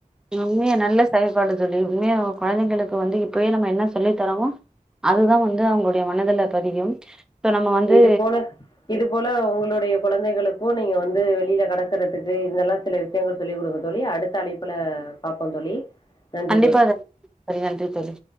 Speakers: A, in the centre; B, on the left (about 30°).
A: உண்மையா நல்ல செயல் பாடு தோழி உண்மையா கெழந்திங்க கெழந்திகளுக்கு இப்பவே நம்ம என்ன சொல்லி தரோமோ அதுதா வந்து அவங்களுடைய மனதுல பதியும் சோ நம்ம வந்து
B: இது போல இது போல உங்களுடைய கெழந்திகளுக்கு நீங்க வந்து வெளியில கிடக்கறதுக்கு இதெல்லாம் சில விஷயங்கள் சொல்லி கொடுங்க தோழி அடுத்த அழைப்புல பாப்போம் தோழி நன்றி
A: கண்டிப்பா
B: தோழி
A: செரி நன்றி தோழி